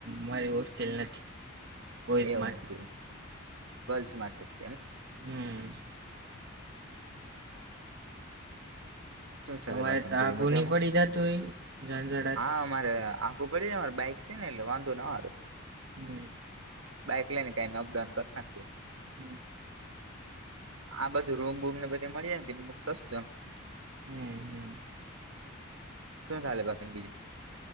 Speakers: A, on the right (about 55°); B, on the right (about 75°).
A: મારી હોસ્ટેલ નથી. કોઈ જ
B: એવું
A: માટ
B: છે ગર્લ્સ માટે જ.
A: હમ્મ.
B: <inaudible> શું ચાલે
A: તમારે
B: બાકીને
A: ત
B: બધી
A: આગુ
B: મજામાં
A: ની પડી જાતું હોય. ઝંઝડાથી
B: હા અ મારે આગુ પડી જાય, મારે બાઈક છે ને એટલે વાંધો ના આવે.
A: હમ્મ.
B: બાઈક લે ને ટામે અપડાઉન કરી નાખીએ.
A: હમ્મ.
B: આ બધું રૂમ બૂમ ને બધી મળી જાય તેમનું સસ્તું એમ.
A: હમ્મ હમ્મ.
B: શું ચાલે બાકીને બીજું.